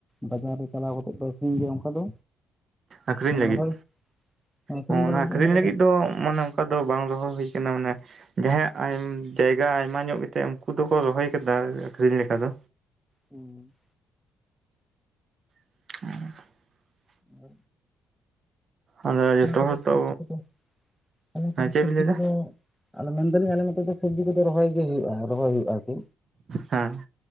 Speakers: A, in the centre; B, on the right (about 50°).
A: ᱵᱟᱡᱟᱨ ᱨᱮ ᱪᱟᱞᱟᱣ ᱠᱟᱛᱮᱫ ᱫᱚ ᱟᱹᱠᱷᱨᱤᱧ ᱜᱮᱭᱟ ᱚᱱᱠᱟ ᱫᱚ
B: ᱟᱠᱷᱨᱤᱧ
A: ᱢᱟᱱᱮ
B: ᱞᱟᱹᱜᱤᱫ
A: ᱨᱚᱦᱚᱭ ᱟᱹᱠᱷᱨᱤᱧ
B: ᱦᱚᱸ
A: ᱵᱟᱲᱟ
B: ᱚᱱᱟ ᱟᱠᱷᱨᱤᱧ
A: ᱠᱚᱫᱚ
B: ᱞᱟᱹᱜᱤᱫ ᱫᱚ ᱢᱟᱱᱮ ᱚᱠᱟ ᱫᱚ ᱵᱟᱝ ᱨᱮᱦᱚᱸ ᱦᱩᱭ ᱠᱟᱱᱟ ᱢᱟᱱᱮ ᱡᱟᱦᱟᱸᱭᱟᱜ ᱡᱟᱭᱜᱟ ᱟᱭᱢᱟ ᱧᱚᱜ ᱜᱮᱛᱮ ᱩᱱᱠᱩ ᱫᱚᱠᱚ ᱨᱚᱦᱚᱭ ᱠᱟᱫᱟ ᱟᱠᱷᱨᱤᱧ ᱞᱮᱠᱟ ᱫᱚ
A: ᱦᱩᱸ
B: <unintelligible>
A: <inaudible>
B: ᱟᱫᱚ ᱡᱚᱛᱚ
A: ᱚᱱᱟ ᱠᱚᱫᱚ
B: ᱦᱚᱲ ᱛᱚ
A: ᱥᱚᱵᱽᱡᱤ ᱠᱚᱫᱚ ᱚᱱᱟ
B: ᱦᱮᱸ
A: ᱠᱚᱫᱚ
B: ᱪᱮᱫ
A: ᱥᱚᱵᱽᱡᱤ
B: ᱵᱤᱱ ᱞᱟᱹᱭ ᱮᱫᱟ
A: ᱠᱚᱫᱚ ᱟᱞᱮ ᱢᱮᱱᱫᱟᱞᱤᱧ ᱟᱞᱮ ᱱᱚᱛᱮ ᱫᱚ ᱥᱚᱵᱽᱡᱤ ᱠᱚᱫᱚ ᱨᱚᱦᱚᱭ ᱜᱮ ᱦᱳᱭᱳᱜ-ᱟ ᱨᱚᱦᱚᱭ ᱦᱳᱭᱳᱜ-ᱟ ᱟᱨᱠᱤ
B: ᱦᱮᱸ